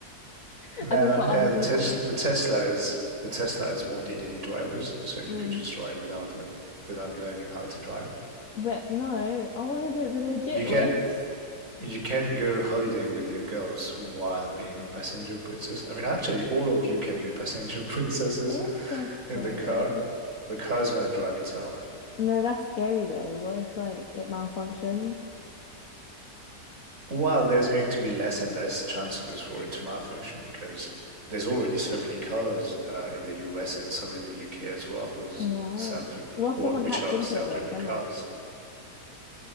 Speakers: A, on the left; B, on the right.
A: <laughs>
B: now,
A: as in for
B: yeah,
A: other
B: the
A: people.
B: tes the Tesla is the Teslas won't need any drivers, so you
A: Mm.
B: could just drive without le- without learning how to drive.
A: But no, I want to do it the legit
B: You can
A: way. <laughs>
B: you can go holiday with your girls while being a passenger princess. I mean, actually, all of you can be passenger <laughs> princesses
A: Interesting.
B: in the car. The car is going to drive itself.
A: No, that's scary though. What if like it malfunctions?
B: Well, there's going to be less and less chances for it to malfunction because there's already so many cars uh, in the US and some in the UK as well, who's
A: Right.
B: self
A: What
B: who,
A: if someone
B: which
A: hacks
B: are
A: into
B: self-driven
A: it though? Then
B: cars.
A: what?